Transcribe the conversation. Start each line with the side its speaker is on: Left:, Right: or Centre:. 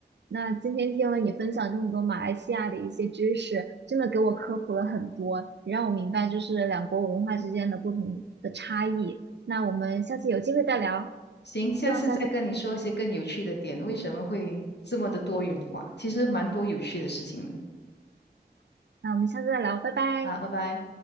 Right: 那今天听了你分享这么多马来西亚的一些知识，真的给我科普了很多，也让我明白就是两国文化之间的不同的差异。那我们下次有机会再聊，
Left: 行，下次再跟你说一些更有趣的点，
Right: 希望下次，
Left: 为什么会这么的多元化？其实蛮多有趣的事情的。
Right: 那我们下次再聊，拜拜。
Left: 啊，拜拜。